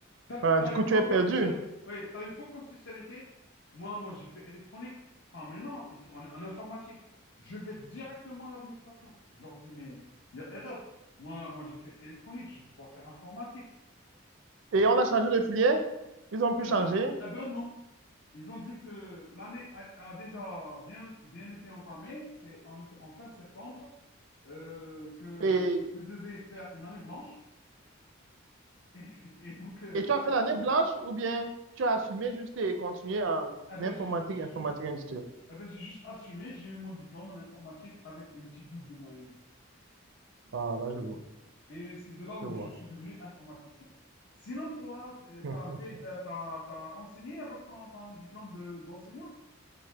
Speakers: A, on the left; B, on the right.
A: T'as, t'as
B: Ah, du coup,
A: eu quoi
B: tu es
A: comme
B: perdu.
A: spécial... Oui, t'as eu quoi comme spécialité? Moi, moi, j'ai fait électronique. Ah, mais non, ici, en, en informatique. Je vais directement à l'administration. Je leur dis, mais il y a erreur. Moi, moi, j'ai fait électronique. Je ne peux pas faire informatique.
B: Et on a changé de filière. Ils ont pu
A: Eh
B: changer.
A: ben, eh ben non. Ils ont dit que l'année a, a déjà bien, bien été entamée. C'est en, été- en fin septembre euh, que
B: Et,
A: je devais faire une année blanche. Et, et donc, euh,
B: et tu as fait l'année blanche ou bien tu as assumé juste et continué en
A: eh ben,
B: informatique,
A: j'ai ju- j'ai
B: informatique
A: juste
B: industrielle.
A: Eh ben, j'ai juste assumé, j'ai eu mon diplôme en informatique avec une petite douze de moyenne.
B: Ah, là, je vois.
A: Et c'est de là où
B: Je vois.
A: je suis devenu informaticien. Sinon, toi, t- euh, t'as
B: <laughs>
A: fait, t'as, t'as- t'as enseigné avec ton, ton diplôme de, d'enseignant?